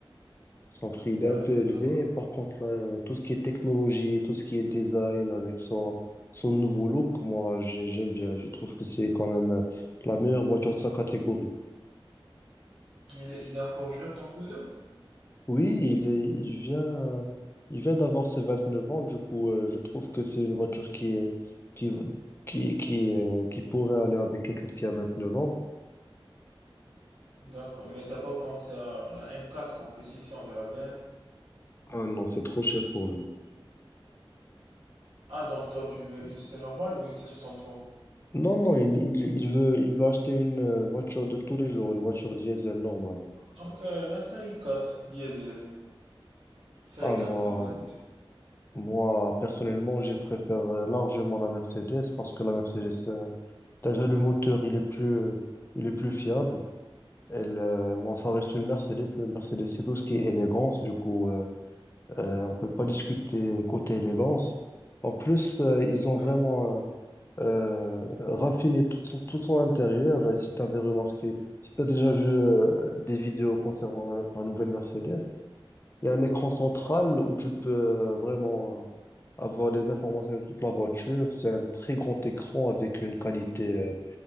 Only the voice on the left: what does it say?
Son prix, il
est un peu élevé.
Par contre, là, tout ce qui est technologie, tout ce qui est design avec son, son nouveau look, moi, j'ai- j'aime bien. Je trouve que c'est quand même euh, la meilleure voiture de sa catégorie.
Oui, il est- il vient, il vient d'avoir ses 29 ans, du coup, euh, je trouve que c'est une voiture qui, est- qui, qui, qui, euh, qui pourrait aller avec quelqu'un qui a 29 ans.
Ah non, c'est trop cher pour lui.
Non, non, il, il, il veut, il veut acheter une euh, voiture de tous les jours, une voiture diesel normale.
Ah,
moi, moi, personnellement, je préfère euh, largement la Mercedes parce que la Mercedes, euh, déjà le moteur, il est plus, euh, il est plus fiable. Elle, euh, bon, ça reste une Mercedes. Le Mercedes, c'est tout ce qui est élégance. Du coup, euh, euh, on peut pas discuter côté élégance. En plus, euh, ils ont vraiment
euh, euh, raffiné tout, son tout son intérieur. Et si tu avais remarqué, si tu as déjà vu euh, des vidéos concernant la, la nouvelle Mercedes, il y a un écran central
où tu peux euh, vraiment euh, avoir des informations de toute la voiture. C'est un très grand écran avec une qualité euh,